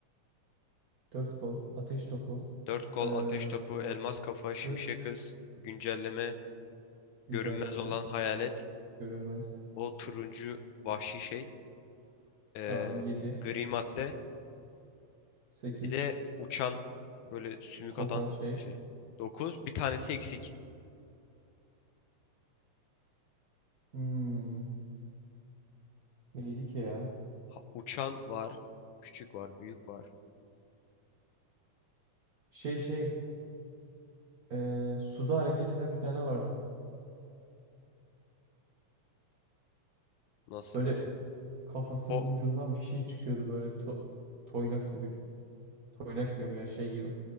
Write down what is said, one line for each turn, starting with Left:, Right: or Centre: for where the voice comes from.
Right: dört kol, ateş topu,
Left: Dört kol,
Right: ee,
Left: ateş topu, elmas kafa,
Right: hız,
Left: şimşek kız, güncelleme,
Right: güncelleme,
Left: görünmez olan hayalet,
Right: görünmez.
Left: o turuncu vahşi şey, ee,
Right: Tamam 7,
Left: gri madde,
Right: 8.
Left: Bir de uçan böyle sümük
Right: kokan
Left: atan
Right: şey.
Left: şey. dokuz Bir tanesi eksik.
Right: Hmm, neydi ki ya?
Left: Ha- Uçan var. Küçük var. Büyük var.
Right: Şey şey, ee, suda hareket eden bir tane vardı.
Left: Nasıl
Right: Böyle
Left: var?
Right: kafasının
Left: Ho
Right: ucundan bir şey çıkıyordu böyle to- toynak gibi. Toynak diyorum ya şey gibi.